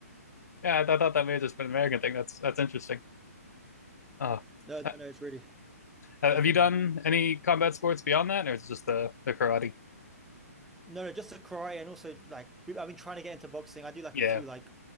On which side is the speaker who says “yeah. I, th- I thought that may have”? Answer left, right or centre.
Left